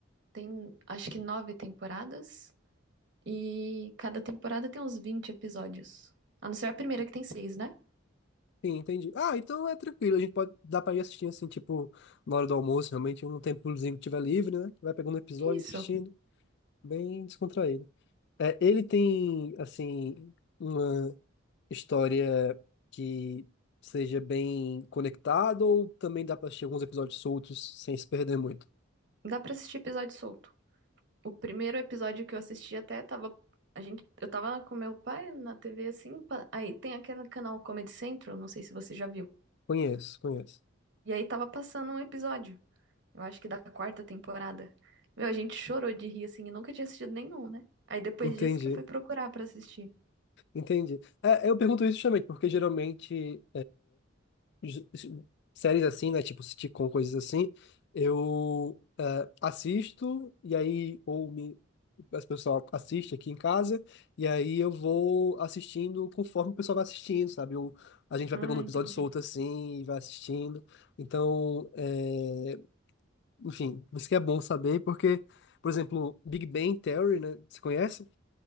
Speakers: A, on the right; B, on the left.
A: Tem, acho que nove temporadas, e cada temporada tem uns 20 episódios. A não ser a primeira que tem seis, né?
B: Sim, entendi. Ah, então é tranquilo, a gente pode dar pra ir assistindo assim, tipo, na hora do almoço, realmente, um tempozinho que tiver livre, né? Vai pegando episódio,
A: Isso.
B: assistindo, bem descontraído. É, ele tem, assim, uma história que seja bem conectada ou também dá pra assistir alguns episódios soltos sem se perder muito?
A: Dá pra assistir episódio solto. O primeiro episódio que eu assisti até tava. A gente, eu tava com meu pai na TV assim. pa- Aí tem aquele canal Comedy Central, não sei se você já viu.
B: Conheço, conheço.
A: E aí tava passando um episódio, eu acho que da quarta temporada. Meu, a gente chorou de rir assim, e nunca tinha assistido nenhum, né? Aí depois
B: Entendi.
A: disso que eu fui procurar pra assistir.
B: Entendi. É, eu pergunto isso justamente, porque geralmente é, séries assim, né? Tipo sitcom, coisas assim, eu assisto e aí ou me as pessoal assiste aqui em casa e aí eu vou assistindo conforme o pessoal vai assistindo, sabe? Eu, a gente vai
A: Ah,
B: pegando um
A: entendi.
B: episódio solto assim e vai assistindo. Então, é, enfim, isso que é bom saber, porque, por exemplo, Big Bang Theory, né? Você conhece?